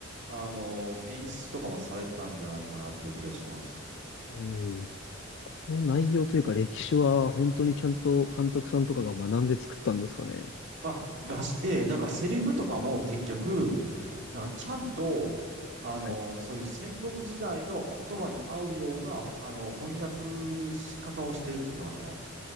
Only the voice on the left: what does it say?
うん。この内容というか、歴史は本当にちゃんと監督さんとかが学んで作ったんですかね。
はい。